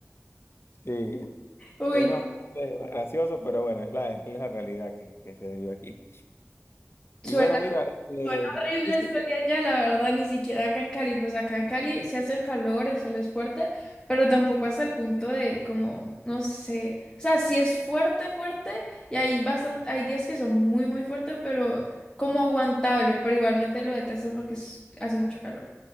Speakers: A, on the left; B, on the left.
A: Sí,
B: Uy,
A: es
B: no,
A: bastante gracioso, pero bueno, es la, es la realidad que, que se vive aquí.
B: suena,
A: Y bueno, mira, este,
B: suena horrible
A: sí,
B: el
A: sí,
B: sol de allá, la verdad, ni siquiera acá en Cali, pues acá en Cali se hace calor, el sol es fuerte, pero tampoco hasta el punto de como, no sé, o sea, sí es fuerte, fuerte, y hay bastante, hay días que son muy, muy fuertes, pero como aguantable, pero igualmente lo detesto porque es- hace mucho calor.